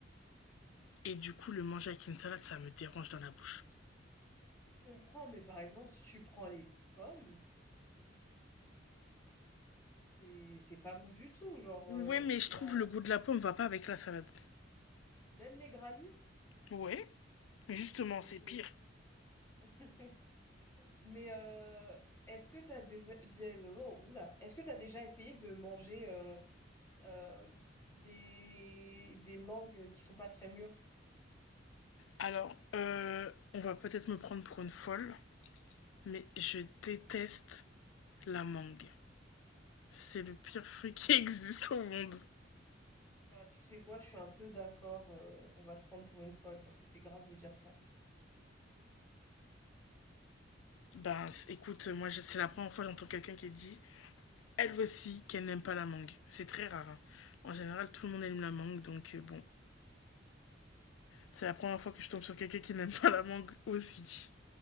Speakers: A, on the left; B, on the left.
A: Et du coup, le manger avec une salade, ça me dérange dans la bouche.
B: Je comprends mais par exemple si tu prends les pommes, c'est c'est pas mou du tout genre
A: Ouais,
B: euh,
A: mais
B: et
A: je
B: ça
A: trouve le goût de la pomme va pas avec la salade.
B: même les granits,
A: Ouais, mais justement,
B: OK.
A: c'est pire.
B: <laughs> Mais euh, est-ce que t'as des, des oh, oh, oula, est-ce que t'as déjà essayé de manger euh, euh, des des mangues qui sont pas très mûres?
A: Alors, euh, on va peut-être me prendre pour une folle, mais je déteste la mangue. C'est le pire fruit qui <laughs> existe au monde.
B: Bah, tu sais quoi, je suis un peu d'accord, euh, on va te prendre pour une folle parce que c'est grave de dire ça.
A: Ben, écoute, moi, c'est la première fois que j'entends quelqu'un qui dit elle aussi qu'elle n'aime pas la mangue. C'est très rare. hein. En général, tout le monde aime la mangue, donc euh, bon. C'est la première fois que je tombe sur quelqu'un qui n'aime pas la mangue aussi.